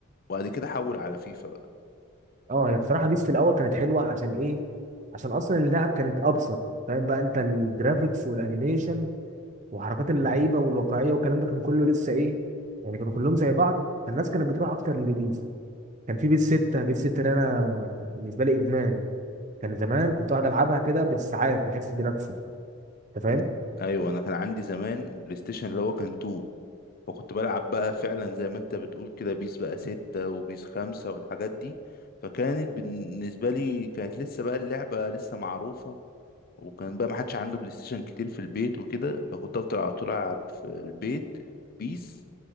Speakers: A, on the left (about 40°); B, on the right (about 35°).
A: وبعد كده حول على فيفا
B: اه هي بصراحه بيس في الاول كانت حلوه عشان ايه عشان اصلا اللعب كانت ابسط فاهم بقى انت الجرافيكس والانيميشن وحركات اللعيبه والواقعيه والكلام ده كان كله لسه ايه يعني كانوا كلهم زي بعض فالناس كانت بتروح اكتر للبيس كان في بيس 6 بيس 6 ده انا بالنسبه لي ادمان كان زمان كنت اقعد العبها كده بالساعات ما احسش بنفسي انت فاهم
A: مم. ايوه انا كان عندي زمان بلاي ستيشن اللي هو كان 2 فكنت بلعب بقى فعلا زي ما انت بتقول كده بيس بقى 6 وبيس 5 والحاجات دي فكانت بالنسبه لي كانت لسه بقى اللعبه لسه معروفه وكان بقى ما حدش عنده بلاي ستيشن كتير في البيت وكده فكنت افضل على طول العب في البيت بيس